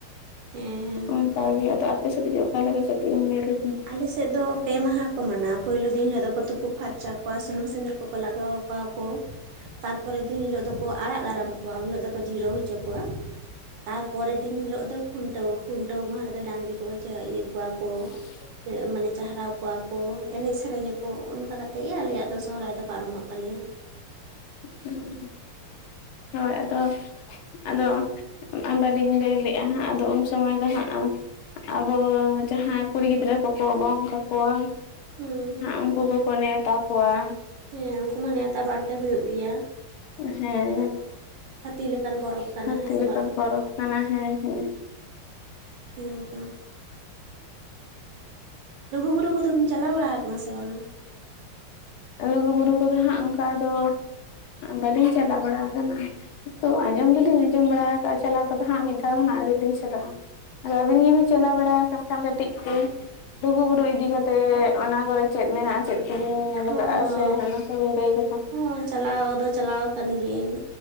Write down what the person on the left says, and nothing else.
ᱚᱱᱠᱟᱜᱮ ᱟᱫᱚ ᱟᱯᱮ ᱥᱮᱫ ᱜᱮ ᱚᱠᱟᱞᱮᱠᱟ ᱠᱟᱹᱴᱤᱡ ᱮᱢ ᱧᱞᱟ
<inaudible>
ᱦᱩᱸ ᱦᱚᱭ ᱟᱫᱚ ᱟᱫᱚ
ᱵᱟᱹᱞᱤᱧ ᱞᱟᱹᱭ ᱞᱮᱜᱼᱟ ᱦᱟᱸᱜ ᱟᱫᱚ ᱩᱱ ᱥᱚᱢᱚᱭ ᱫᱚ ᱦᱟᱸᱜ ᱟᱵᱚ ᱡᱟᱦᱟᱸ ᱠᱩᱲᱤ ᱜᱤᱫᱽᱨᱟᱹ ᱠᱚᱠᱚ ᱜᱚᱝ ᱠᱟᱠᱚᱣᱟ
ᱩᱱᱠᱩ ᱠᱚᱠᱚ ᱱᱮᱶᱛᱟ ᱠᱚᱣᱟ
ᱦᱮᱸᱮ
<inaudible>
ᱦᱟᱹᱛᱤ
ᱞᱮᱠᱟᱱ
ᱵᱚᱨᱯᱷ ᱠᱟᱱᱟ ᱦᱮᱸ ᱦᱮᱸ
ᱞᱩᱜᱩᱵᱩᱨᱩ ᱠᱚᱫᱚ ᱦᱟᱸᱜ ᱚᱱᱠᱟ ᱫᱚ ᱵᱟᱹᱞᱤᱧ ᱪᱟᱞᱟᱣ ᱵᱟᱲᱟ ᱟᱠᱟᱱᱟ ᱛᱚ ᱟᱸᱡᱚᱢ ᱫᱚᱞᱤᱧ ᱟᱸᱡᱚᱢ ᱵᱟᱲᱟ ᱠᱟᱜᱼᱟ ᱪᱟᱞᱟᱣ ᱦᱜ ᱢᱤᱫ ᱫᱷᱟᱣ ᱦᱚ ᱟᱣᱨᱤ ᱞᱤᱧ ᱪᱟᱞᱟᱜᱼᱟ ᱟᱫᱚ ᱟᱹᱵᱤᱱ ᱜᱮᱵᱤᱱ ᱪᱟᱞᱟ ᱵᱟᱲᱟᱭ ᱟᱱ ᱠᱟᱹᱴᱤᱡ ᱠᱚ ᱞᱩᱜᱩ ᱵᱩᱨᱩ ᱤᱫᱤ ᱠᱟᱛᱮᱫ ᱚᱱᱟ ᱠᱚᱨᱮ ᱪᱮᱫ ᱢᱮᱱᱟᱜᱼᱟ ᱪᱮᱫ ᱠᱚᱵᱤᱱ ᱧᱮᱞᱫᱟ
ᱛᱟ <unintelligible> ᱥᱮ ᱦᱟᱱᱟ ᱠᱩ ᱵᱮᱱ ᱞᱟᱹᱭ ᱞᱮᱠᱦᱟᱱ